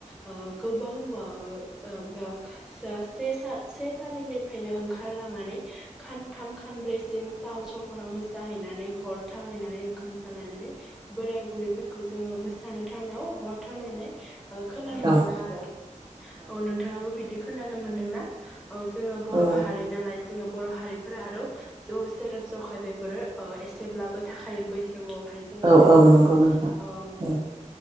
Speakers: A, in the centre; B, on the right (about 35°).
A: ओ गोबाव ब ओ बक सासे सा से थारिखनिफ्रायनो ओंखारलांनानै खानथाम खानब्रैसिम टाउन सहराव मोसाहैनानै हर थालायनानै ओंखाम जालायनानै बोराय बुरैफोरखौ जोङो मोसानो थांनायाव हर थालायनाय खोनानो
B: औ
A: मोनो आरो औ नोंथाङाबो बिदि खोनानो मोन्दोंना? औ जोङो बर'
B: औ
A: हारि नालाय जोङो बर' हारिफोरा आरो जौ सेरेब ज'खाय बेफोरो ओ एसेब्लाबो थाखायो बैस आवहाय जोङो
B: औ
A: बेफोरखौ
B: औ नंगौ नोंथां
A: ओम
B: औ